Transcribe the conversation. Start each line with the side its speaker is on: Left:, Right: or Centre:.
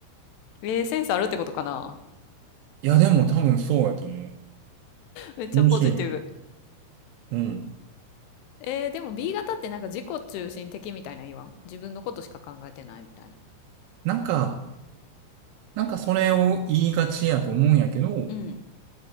Left: えー、センスあるってことかな。
Right: いやでも多分そうやと思う。
Left: めっちゃポジティブ。
Right: 面白い。うん。
Left: えー、でも B 型ってなんか自己中心的みたいな言わん。自分のことしか考えてないみたいな。
Right: なんか、なんかそれを言いがちやと思うんやけど、
Left: うん。